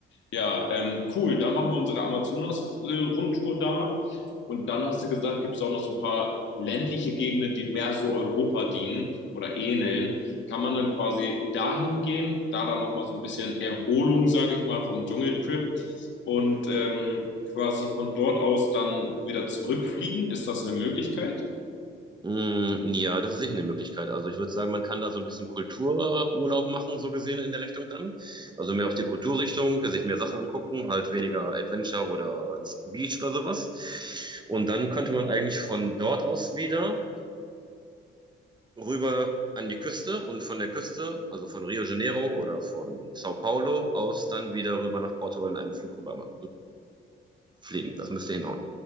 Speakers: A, on the left (about 70°); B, on the right (about 20°).
A: ja, ähm, cool. Dann machen wir unsere Amazonas-Rundtour da. Und dann hast du gesagt, gibt es auch noch so ein paar ländliche Gegenden, die mehr so Europa dienen oder ähneln. Kann man dann quasi dahin gehen, da dann nochmal so ein bisschen Erholung, sage ich mal, vom Dschungeltrip und ähm, quasi von dort aus dann wieder zurückfliegen? Ist das eine Möglichkeit?
B: Mm, ja, das ist sicher eine Möglichkeit. Also ich würde sagen, man kann da so ein bisschen Kultururlaub machen, so gesehen in der Richtung dann. Also mehr auf die Kulturrichtung, sich mehr Sachen angucken, halt weniger Adventure oder Beach oder sowas. Und dann könnte man eigentlich von dort aus wieder rüber an die Küste und von der Küste, also von Rio de Janeiro oder von Sao Paulo aus, dann wieder rüber nach Portugal in einem Flug rüber, rüberfliegen. Das müsste hinhauen.